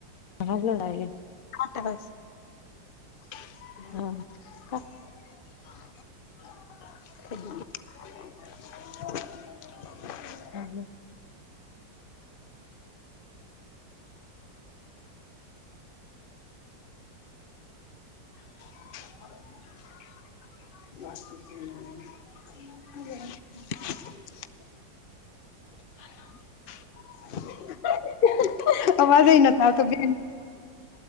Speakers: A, on the left (about 60°); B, on the left (about 80°).
A: હાલ લાગે
B: હ તો હસ <unintelligible>
A: હા
B: <unintelligible>
A: હમ હ
B: <unintelligible> <unintelligible>
A: <unintelligible>
B: <unintelligible> અવાજ એય નથ આવતો બેન